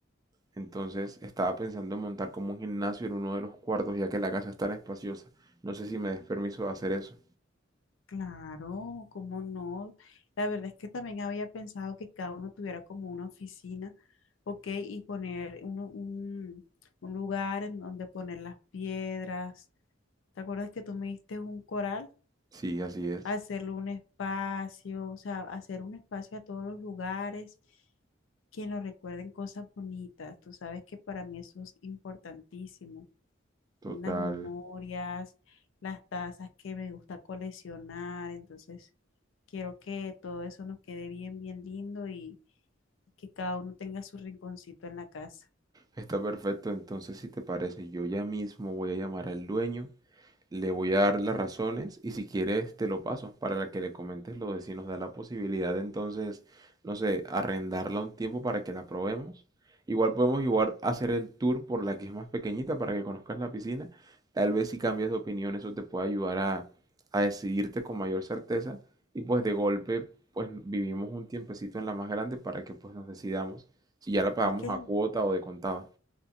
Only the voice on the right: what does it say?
entonces estaba pensando en montar como un gimnasio en uno de los cuartos, ya que la casa es tan espaciosa. No sé si me des permiso de hacer eso.
Sí, así es.
Total.
Está perfecto. Entonces, si te parece, yo ya mismo voy a llamar al dueño Le voy a dar las razones y si quieres te lo paso para que le comentes lo de si nos da la posibilidad de entonces, no sé, arrendarla un tiempo para que la probemos. Igual podemos igual hacer el tour por la que es más pequeñita para que conozcas la piscina. Tal vez si cambias de opinión eso te puede ayudar a, a decidirte con mayor certeza y pues de golpe pues vivimos un tiempecito en la más grande para que pues nos decidamos si ya la pagamos
a cuota o de contado.